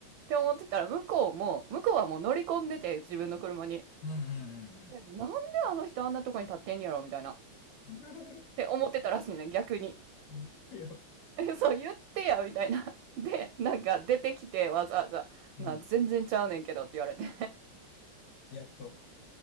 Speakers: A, on the right; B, on the left.
A: て思ってたら、向こうも、向こうはもう乗り込んでて、自分の車に。
B: うんうんうんうん。
A: で、なんであの人あんなとこに立ってんやろみたいな。っ
B: <laughs>
A: て思ってたらしいね、逆に。
B: 言ってよ。
A: え、そう言ってや、みたいな。で、なんか出てきて、わざわざ、
B: うん。
A: な、全然ちゃうねんけどって言われて。
B: やっと。